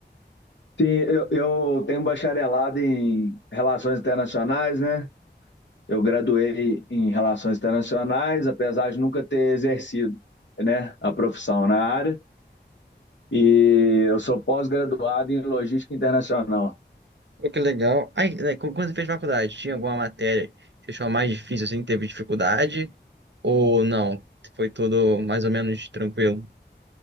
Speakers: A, on the left (about 75°); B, on the right (about 75°).
A: Sim, eu, eu tenho bacharelado em Relações Internacionais, né? Eu graduei em Relações Internacionais, apesar de nunca ter exercido, né, a profissão na área. E eu sou pós-graduado em Logística Internacional.
B: Pô, que legal. Aí, né, qu- quando você fez faculdade, tinha alguma matéria que achou mais difícil, assim, teve dificuldade? Ou não? Foi tudo mais ou menos tranquilo?